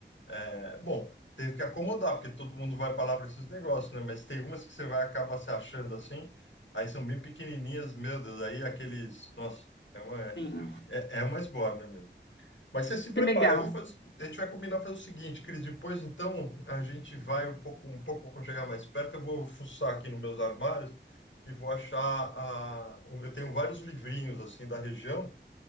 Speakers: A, on the left; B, on the left.
A: É, bom, teve que acomodar, porque todo mundo vai para lá para esses negócios, né? Mas tem umas que você vai acabar se achando assim, aí são bem pequenininhas, meu Deus, aí aqueles. Nossa, é uma, é,
B: Sim,
A: é uma esbórnia mesmo. Mas você se prepara,
B: que legal.
A: eu vou fazer, a gente vai combinar fazer o seguinte, Cris, depois então a gente vai um pouco, um pouco quando chegar mais perto, eu vou fuçar aqui nos meus armários e vou achar a, um- eu tenho vários livrinhos assim da região